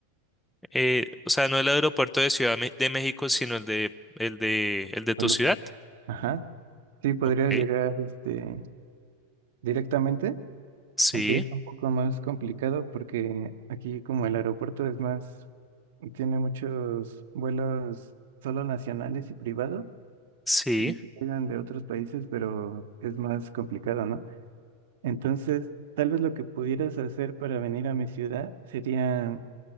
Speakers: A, in the centre; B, on the right.
A: Eh, o sea, no el aeropuerto de Ciudad Me- de México, sino el de, el de, el de tu
B: a lo
A: ciudad.
B: que- Ajá. Sí, podrías
A: Ok.
B: llegar este, directamente,
A: Sí,
B: aunque es un poco más complicado porque aquí como el aeropuerto es más, tiene muchos vuelos solo nacionales y privados
A: sí,
B: y llegan de otros países, pero es más complicado, ¿no? Entonces, tal vez lo que pudieras hacer para venir a mi ciudad sería